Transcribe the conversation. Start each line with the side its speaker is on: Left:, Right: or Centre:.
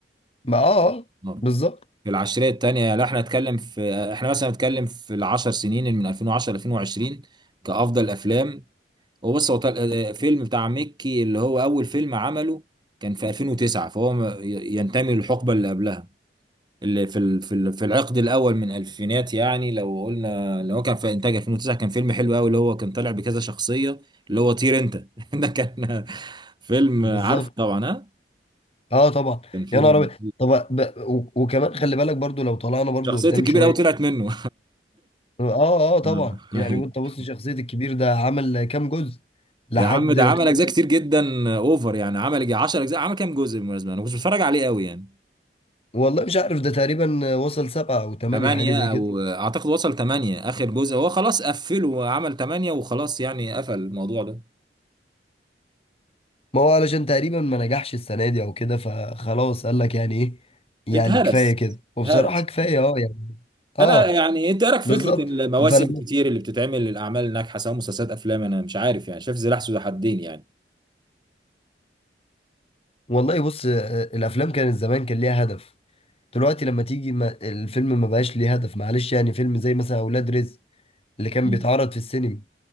Left: ما اه آه،
Right: آه.
Left: بالظبط
Right: في العشرية التانية لا احنا نتكلم في احنا مثلا نتكلم في العشر سنين اللي من 2010 ل 2020 كأفضل أفلام وبص هو تل- فيلم بتاع مكي اللي هو أول فيلم عمله كان في 2009 فهو م- ينتمي للحقبة اللي قبلها اللي في ال- في ال- في العقد الأول من الألفينات يعني لو قلنا اللي هو كان في إنتاج 2009 كان فيلم حلو قوي اللي هو كان طالع بكذا شخصية اللي هو طير أنت <laughs> ده كان فيلم
Left: بالظبط
Right: عارف طبعا ها
Left: اه طبعا
Right: كان فيلم
Left: يا نهار ابيض طب ب- و- وكمان خلي بالك برضو لو طلعنا برضو
Right: شخصية
Left: قدام
Right: الكبير
Left: شويه
Right: قوي طلعت منه
Left: اه اه آه طبعا
Right: <laughs>
Left: يعني وانت
Right: <laughs>
Left: بص شخصيه الكبير ده عمل كام جزء لحد
Right: يا عم ده
Left: يعتبر
Right: عمل اجزاء كتير جدا اوفر يعني عمل يجي 10 اجزاء عمل كام جزء بالمناسبه انا كنت بتفرج عليه قوي يعني
Left: والله مش عارف ده تقريبا وصل سبعه او ثمانيه
Right: 8
Left: حاجه زي كده
Right: او اعتقد وصل 8 اخر جزء هو خلاص قفله وعمل 8 وخلاص يعني قفل الموضوع ده
Left: ما هو علشان تقريبا ما نجحش السنة دي او كده فخلاص قال لك يعني ايه يعني
Right: اتهرس
Left: كفاية كده وبصراحة
Right: اتهرس
Left: كفاية اه يعني اه
Right: انا يعني انت إيه رايك في
Left: بالظبط
Right: فكره المواسم
Left: فلما
Right: كتير اللي بتتعمل للاعمال الناجحه سواء مسلسلات افلام انا مش عارف يعني شايف سلاح ذو حدين يعني
Left: والله بص آه، آه، الافلام كانت زمان كان ليها هدف دلوقتي لما تيجي ما الفيلم ما بقاش ليه هدف معلش يعني فيلم زي مثلا اولاد رزق اللي كان
Right: مم.
Left: بيتعرض في السينما